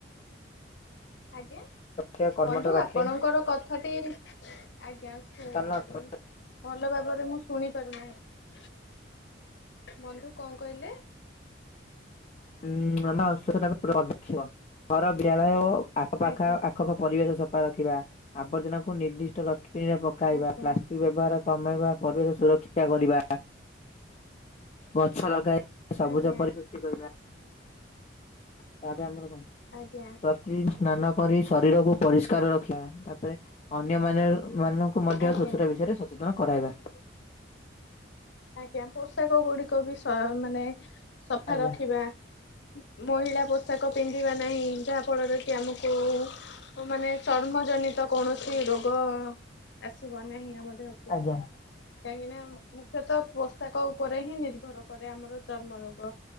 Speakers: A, on the left; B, on the left.
A: ଆଜ୍ଞା
B: ସ୍ୱ କର୍ମଠ
A: ବନ୍ଧୁ
B: ରଖେ
A: ଆପଣଙ୍କର କଥାଟି ଆଜ୍ଞା। ଶୁ
B: <unintelligible>
A: ମାନେ ଭଲ ଭାବରେ ମୁଁ ଶୁଣି ପାରୁନାହିଁ। ବନ୍ଧୁ କଁ କହିଲେ।
B: ଉଁ <unintelligible> ଘର ବିଦ୍ୟାଳୟ ଆଖପାଖା
A: ଆଜ୍ଞା।
B: ଆ ଆ ପରିବେଶ ସଫା ରଖିବା ଆବର୍ଜନା କ ନିର୍ଦ୍ଧିଷ୍ଟ ଡଷ୍ଟବିନ ରେ ପକାଇବା।
A: ଆଜ୍ଞା
B: ପ୍ଲାଷ୍ଟିକ ବ୍ୟବହାର କମେଇବା ପରିବେଶ ସୁରକ୍ଷା କରିବା। ଗଛ ଲଗାଇ ସବୁଜ
A: ଆଜ୍ଞା
B: ପରି ସୃଷ୍ଟି କରିବା। ତା ପରେ ଆମର କଣ।
A: ଆଜ୍ଞା।
B: ପ୍ରତି ସ୍ନାନ କରି ଶରୀରକୁ ପରିଷ୍କାର ରଖିବା ତାପରେ ଅନ୍ୟମାନେ ମାନଙ୍କୁ ମଧ୍ୟ
A: ଆଜ୍ଞା।
B: ସ୍ବଚ୍ଛତା ବିଷୟରେ ସଚେତନ କରାଇବା।
A: ଆଜ୍ଞା। ପୋଷାକ ଗୁଡିକ ବି ସ ମାନେ ସଫା
B: ଆଜ୍ଞା
A: ରଖିବା। ମହିଳା ପୋଷାକ ପିନ୍ଧିବା ନାହିଁ ଯାହା ଫଳରେ କି ଆମକୁ ମାନେ ଚର୍ମ ଜନିତ କୌଣସି ରୋଗ ଆସିିବ ନାହିଁ ଆମ ଦେହକୁ
B: ଆଜ୍ଞା
A: କାହିଁକିନା ମୁ ସେତ ପୋଷାକ ଉପରେ ହିଁ ନିର୍ଭର କରେ ଆମର ଚର୍ମରୋଗ